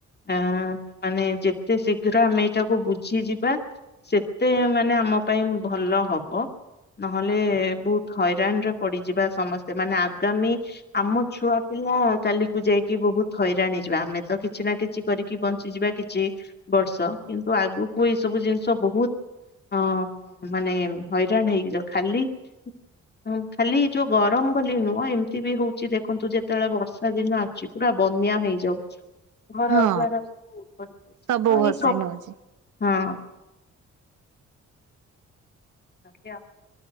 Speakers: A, on the left; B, on the right.
A: ଆ ମାନେ ଯେତେ ଶୀଘ୍ର ଆମେ ଏଇଟାକୁ ବୁଝିଯିବା ସେତେ ମାନେ ଆମ ପାଇଁ ଭଲ ହବ। ନହେଲେ ବହୁତ ହଇରାଣରେ ପଡିଯିବା ସମସ୍ତେ। ମାନେ ଆଗାମୀ ଆମ ଛୁଆ ପିଲା କାଲି କୁ ଯାଇକି ବହୁତ ହଇରାଣ ହେଇଯିବା ଆମେ ତ କିଛି ନା କି କିଚି କରିକି ବଞ୍ଚିଯିବା କିଚି ବର୍ଷ କିନ୍ତୁ ଆଗକୁ ଏଇ ସବୁ ଜିନିଷ ବହୁତ୍ ଅଁ ମାନେ ହଇରାଣ ହେଇକି ଯାଉ ଖାଲି
B: ହ <inaudible>
A: ହଁ ଖାଲି ଯୋଉ ଗରମ ବୋଲି ନୁହଁ। ଏମିତି ବି ହୋଉଛି ଦେଖନ୍ତୁ ଯେତେବେଳେ ବର୍ଷା ଦିନ ଆ ଚି ପୁରା ବନ୍ୟା ହେଇଯାଉଛି।
B: ହଁ ସବୁ ଭସେଇ ନଉଛି।
A: ହଁ। ଆଜ୍ଞା।